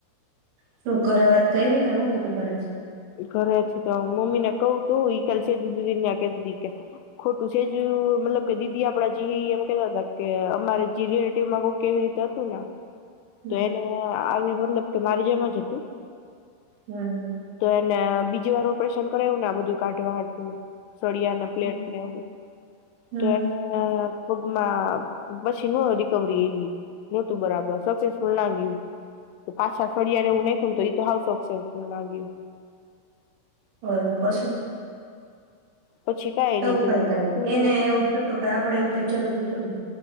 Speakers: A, on the right; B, on the left.
A: શું ઘરે વાત કઈ રીતે હું કીધું ઘરેથી?
B: ઘરેથી તો મમ્મી ને કવું તું ઈ ક સેજુ દીદી કતીી કે ખોટું સેજ મતલબ કે દીદી આપડા જે એમ કેતા હતા કે અમારે જે રિલેટિવમાં કો કેવી રીતે હતું ને.
A: હમ્મ
B: તો એને આવી મતલબ કે મારે જેમાં જ હતું.
A: હમ.
B: તો એને બીજી વાર ઓપરેશન કરાવું ને આ બધું કાઢવા હાટુ. સોડિયાને પ્લેટને
A: હમ્મ
B: એવું
A: હમ્મ
B: તો એને ખુબ માં પછી નો રિકવરી આયવી નહોતું બરાબર સક્સેસફુલ નાા ગ્યું પાછા ફળિયા ને એવુ નાખ્યું ને તો એ તો હવે સક્સેસફુલ ના ગ્યું.
A: હ પછી.
B: પછી કાઈ
A: તો
B: ની
A: ભાઈ ક
B: તું
A: એને એવું થ તો આપડે એવું થાય જરૂરી થોડી